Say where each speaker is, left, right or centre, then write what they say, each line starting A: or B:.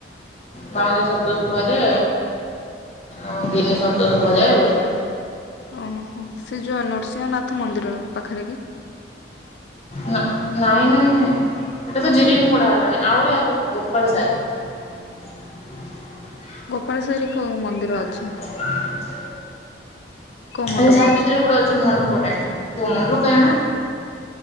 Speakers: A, on the left; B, on the left.
A: ପାଉଁଜି ଶବ୍ଦ ଶୁଭା ଯେ ଆଉ ଗିନି ଶବ୍ଦ ଶୁଭାଯାଏ ବୋଲି
B: ଓହୋ ସେ ଯୋଉ ନୃସିଂହନାଥ ମନ୍ଦିର ପାଖରେ କି?
A: ନା ନାଇଁ ନାଇଁ ନାଇଁ ସେଇଟା ତ ଜିରିଙ୍ଗ ପୋଡା ହେଲାଣି ଆହୁରି ଆଗକୁ ଗୋପାଳ ସାହି। <unintelligible>
B: ଗୋପାଳେଶ୍ୱରୀ କୋଉ ମନ୍ଦିର? <inaudible>
A: <unintelligible>
B: କୋଉ ମଣ୍ଡପ
A: ଏଇ ସାହି
B: ଅଛି
A: ଭିତରେ ଗୋଟେ ଅଛି ମନପଟେ, କଣ ଲୋ କେଇଆଣି
B: ଓ